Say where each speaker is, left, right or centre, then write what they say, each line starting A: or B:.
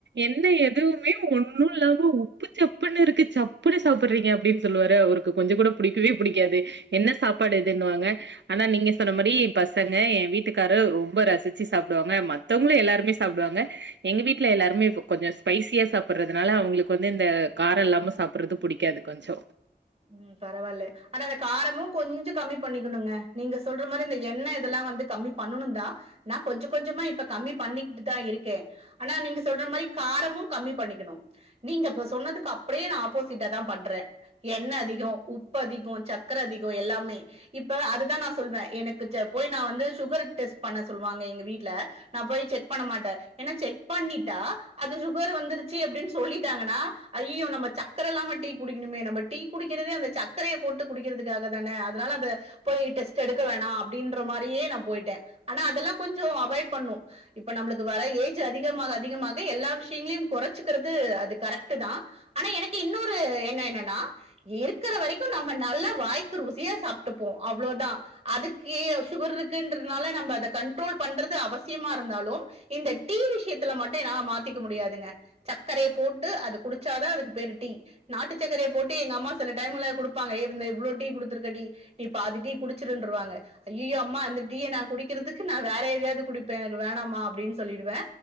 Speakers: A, on the right; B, on the right.
A: என்ன எதுவுமே ஒன்னுல்லாம உப்பு சப்பு புனுருக்கு சப்புன சாப்புறீங்க அப்டின் சொல்வாரு அவுருக்கு கொஞ்சோ கூட புடிக்கவே புடிக்காது என்ன சாப்பாடு இதுன் வாங்க ஆனா நீங்க சொன்ன மாறி பசங்க என் வீட்டுக்காரு ரொம்ப ரசிச்சி சாப்டுவாங்க மத் த்தவங்களு எல்லாருமே சாப்டுவாங்க எங்க வீட்ல எல்லாருமே கொஞ்சோ ஸ்பைசியா சாப்றதுனால அவுங்ளுக் வந்து இந்த கார இல்லாம சாப்றது புடிக்காது கொஞ்சோ
B: ம் பரவால்ல ஆனா இந்த காரமு கொஞ்சோ கம்மி பண்ணிக்கணுங்க நீங்க சொல்ற மாறி இந்த எண்ணெ இதெல்லா வந்து கம்மி பண்ணணுந் தா நா கொஞ்ச கொஞ்சோமா இப்ப கம்மி பண்ணிகிட்டு தா இருக்கே ஆனா நீங்க சொல்ற மாறி கா காரமூ கம்மி பண்ணிக்கணு நீங்க இப்ப சொன்னதுக்கு அப்டியே நா ஆப்போசிட்ட தா பண்றே எண்ண அதிகோ உப்பு அதிகோ சக்கர அதிகோ எல்லாமே இப்ப அதுதா நா சொல்வே எனக்கு போய் நா வந்து சுகரு டெஸ்ட் பண்ண சொல்வாங்க எங்க வீட்ல நா போய் செக் பண்ண மாட்ட ஏனா செக் பண்ணிட்டா அ அதுக்பேரு வந்துருச்சி அப்டின் சொல்லிட்டாங்கனா ஐய்யயோ நம்ப சக்கர இல்லாம டீ குடிக்குணுமே நம்ப டீ குடிக்கிறதே அந்த சக்கரய போட்டு குடிக்கிறதுக்காக தானே அதனால அத போய் டெஸ்ட் எடுக்க வேணா அப்டின்ற மா றியே நா போய்ட்டே ஆனா அதெல்லா கொஞ்சோ அவாய்ட் பண்ணு இப்ப நம்புளுக்கு வர ஏஜ் அதிகமாக அதிகமா எல்லா விஷ்யங்களையு கொறச்சுக்கிறது அது கரெக்ட்டு தா ஆனா எனக்கு இன்னொரு என்னோ என்னன்னா இருக்குற வரைக்கு நம்ம நல்லா வாய்க்கு ருசியா சாப்ட்டுப்போ அவ்ளோதா அதுக்கே சுகர் இருக்குன்றனால நம்ப அத கண்ட்ரோல் பண்றது அவசியமா இருந்தாலு இந்த டீ விஷ்யத்ல மட்டு என்னா மாத்திக்க முடியாதுங்க சக்கரயப் போட்டு அது குடிச்சாதா அதுக்கு பேரு டீ நாட்டு சக்கரய போட்டு எங்க அம்மா சில டைம்ல குடுப்பாங்க ஏ இந்த இவ்ளோ டீ குடுத்துருக்கடி நீ பாதி டீ குடிச்சிருன்றுவாங்க ஐய்யயோ அம்மா இந்த டீய நா குடிக்கிறதுக்கு நா வேற எதாயாது குடிப்பே எனக்கு வேணாமா அப்டின்னு சொல்லிடுவே